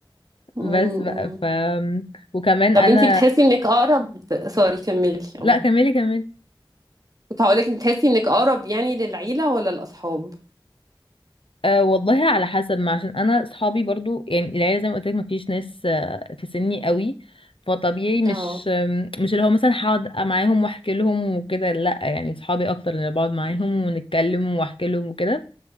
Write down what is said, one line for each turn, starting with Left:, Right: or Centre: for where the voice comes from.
Right: مم.
Left: بس بقى ف وكمان
Right: طب
Left: انا
Right: انتي بتحسي انك اقرب سوري كملي
Left: لا
Right: اه
Left: كملي كملي
Right: كنت هقولك بتحسي انك اقرب يعني للعيلة ولا الاصحاب
Left: أه والله على حسب ما عشان انا اصحابي برضو يعني العيله زي ما قلت لك ما فيش ناس آه، في سني قوي فطبيعي مش
Right: اه
Left: آم، مش اللي هو مثلا هقعد معاهم واحكي لهم وكده لا يعني اصحابي اكتر اللي بقعد معاهم ونتكلم واحكي لهم وكده